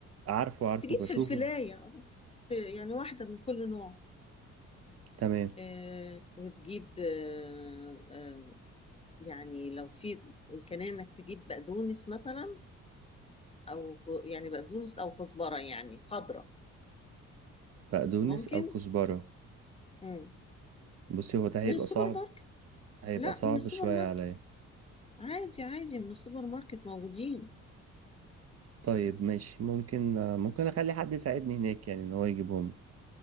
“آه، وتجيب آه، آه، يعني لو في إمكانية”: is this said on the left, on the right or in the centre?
Left